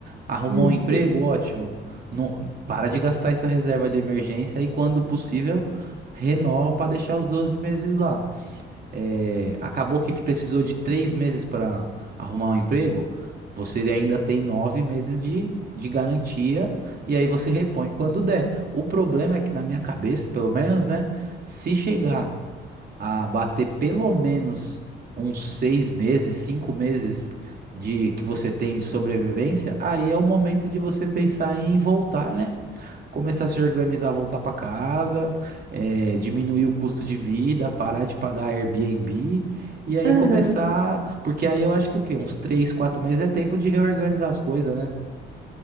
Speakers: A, on the right; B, on the right.
A: Arrumou
B: <laughs>
A: um emprego?
B: Sim.
A: Ótimo. Não, para de gastar essa reserva de emergência e, quando possível, renova pra deixar os 12 meses lá é, acabou que precisou de três meses para arrumar um emprego, você ainda tem nove meses de, de garantia e aí você repõe quando der. O problema é que, na minha cabeça, pelo menos, né? Se chegar a bater pelo menos uns seis meses, cinco meses de que você tem de sobrevivência, aí é o momento de você pensar em voltar, né? começar a se organizar, voltar para casa, eh, diminuir o custo de vida, parar de pagar Airbnb e aí
B: Aham.
A: começar, porque aí eu acho que o quê? Uns três, quatro meses é tempo de reorganizar as coisas, né?